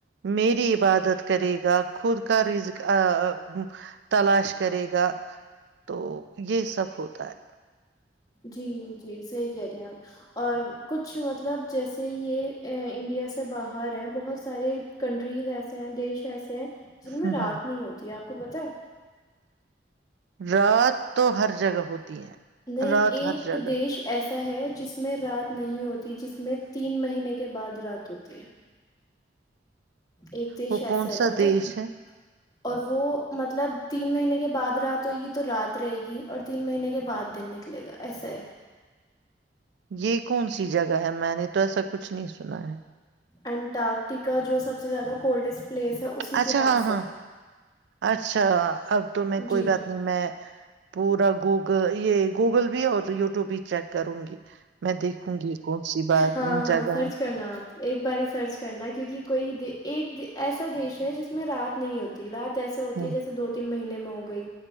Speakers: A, on the right; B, on the left.
A: میری عبادت کرے گا خود کا رزق <inaudible> تلاش کرے گا تو یہ سب ہوتا ہے
B: جی جی صحیح کہہ رہے ہیں آپ اور کچھ مطلب جیسے یہ انڈیا سے باہر ہیں بہت سارے کنٹریز ایسے ہیں دیش ایسے ہیں جن میں
A: ہ
B: رات
A: ہ
B: نہیں ہوتی آپ کو پتا ہے
A: رات رات تو ہر جگہ ہوتی ہے
B: نہیں
A: رات
B: ایک
A: ہر جگہ
B: دیش ایسا ہے جس میں رات نہیں ہوتی جس میں تین مہینے کے بعد رات ہوتی ہے ایک دیش
A: وہ
B: ایسا
A: کون
B: ہے
A: سا
B: پتا
A: دیش
B: ہے اور وہ مطلب تین مہینے کے کے بعد رات ہوئے گی تو رات رہے گی اور تین مہینے کے بعد دن نکلے گا ایسا ہے
A: یہ کون سی جگہ ہے میں نے تو ایسا کچھ نہیں سنا ہے
B: انٹارکٹیکا جو سب سے زیادہ کولڈسٹ پلیس ہے اسی
A: اچھا
B: کے پاس
A: ہاں ہاں
B: ہے
A: اچھا اب تو میں
B: جی
A: کوئی بات نہیں میں پورا یہ گوگل بھی اور یوٹیوب بھی چیک کروں گی میں دیکھوں گی کون سی بات
B: ہاں ہاں
A: جگہ
B: سرچ
A: ہے
B: کرنا آپ ایک بار سرچ کرنا کیونکہ کوئی ایک ایسا دیش ہے جس میں رات نہیں ہوتی رات ایسے ہوتی
A: ہ
B: ہے جیے دو تین مہینے ہو گئی